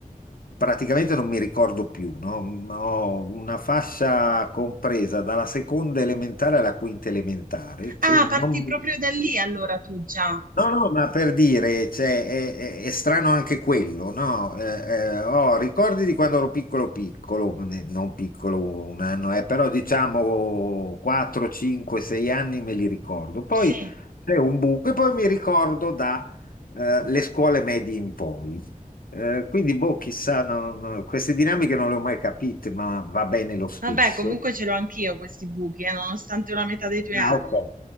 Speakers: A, on the left; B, on the right.
A: praticamente non mi ricordo più, no? Ho una fascia compresa dalla seconda elementare alla quinta elementare che
B: Ah,
A: non,
B: parti proprio da lì allora tu già.
A: No, no, ma per dire, cioè, è, è- è strano anche quello, no? Eh, eh, ho ricordi di quando ero piccolo, piccolo, ne- non piccolo un anno, eh, però diciamo 4, 5, 6 anni me li ricordo. Poi
B: Sì.
A: c'è un buco e poi mi ricordo da eh, le scuole medie in poi. Eh, quindi, boh, chissà, non- non- queste dinamiche non le ho mai capite, ma va bene lo stesso.
B: Vabbè, comunque ce l'ho anch'io questi buchi, eh, nonostante la metà dei tuoi
A: Ah,
B: anni.
A: ok.